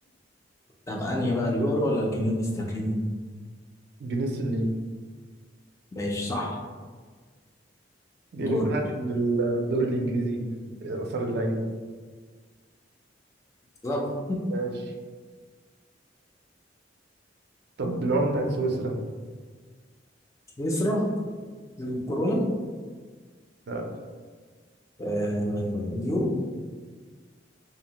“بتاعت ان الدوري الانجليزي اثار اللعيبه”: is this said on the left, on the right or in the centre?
Right